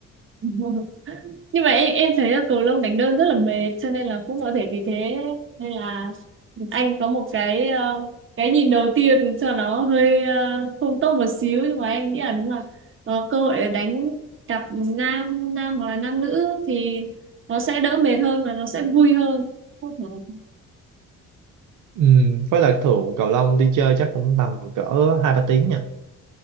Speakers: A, on the right (about 40°); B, on the right (about 85°).
A: Ừ. nhưng mà em em thấy là cầu lông đánh đơn rất là mệt cho nên là cũng có thể vì thế nên là anh có một cái ờ, cái nhìn đầu tiên cho nó hơi ờ, không tốt một xíu nhưng mà em nghĩ là nếu mà có cơ hội để đánh cặp nam nam hoặc là nam nữ thì nó sẽ đỡ mệt hơn và nó sẽ vui hơn không thể.
B: ừ, với lại thường cầu lông đi chơi chắc cũng tầm cỡ hai ba tiếng nha